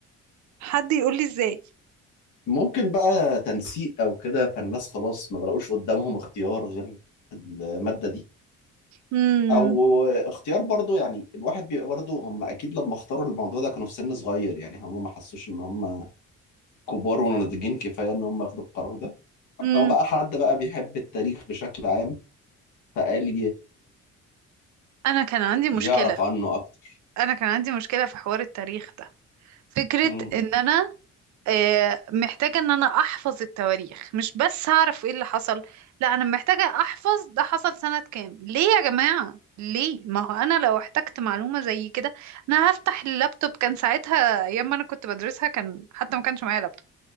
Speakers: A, on the right (about 70°); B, on the left (about 80°).
A: حد يقول لي ازاي
B: ممكن بقى تنسيق او كده فالناس خلاص ما بلاقوش قدامهم اختيار غير الماده دي
A: امم
B: او اختيار برضو يعني الواحد بيبقى برضو هم اكيد لما اختاروا الموضوع ده كانوا في سن صغير يعني هم ما حسوش ان هم كبار وناضجين كفايه ان هم ياخدوا القرار ده
A: امم
B: او بقى حد بقى بيحب التاريخ بشكل عام فقال
A: انا كان عندي مشكله
B: يعرف عنه اكتر
A: انا كان عندي مشكله في حوار التاريخ ده فكره
B: مم.
A: ان انا آه، محتاجة ان انا احفظ التواريخ مش بس هعرف ايه اللي حصل لا انا محتاجة احفظ ده حصل سنة كام ليه يا جماعة ليه ما هو انا لو احتجت معلومة زي كده انا هفتح اللابتوب كان ساعتها ايام ما انا كنت بدرسها كان حتى ما كانش معايا لابتوب